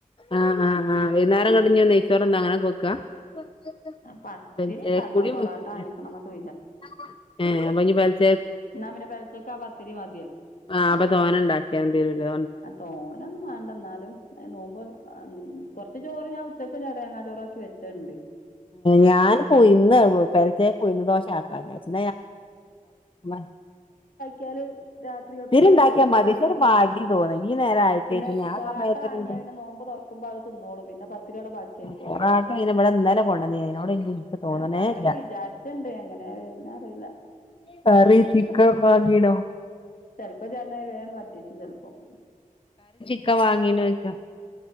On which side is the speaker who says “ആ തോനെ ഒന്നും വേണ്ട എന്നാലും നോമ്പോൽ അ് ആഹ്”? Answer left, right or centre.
Left